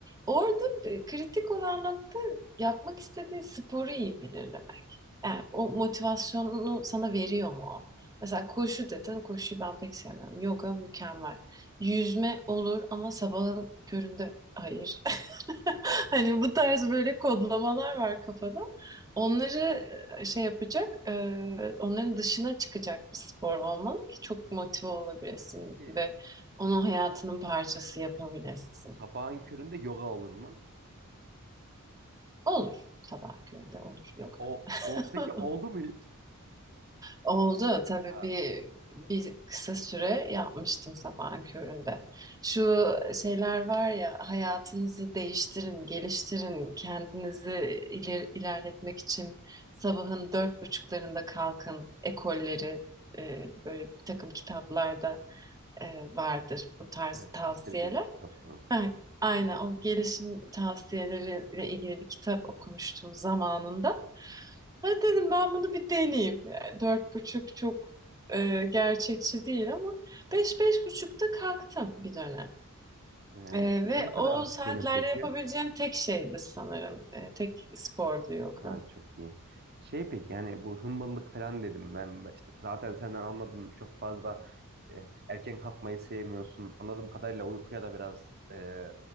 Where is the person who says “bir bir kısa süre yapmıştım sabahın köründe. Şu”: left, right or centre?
Right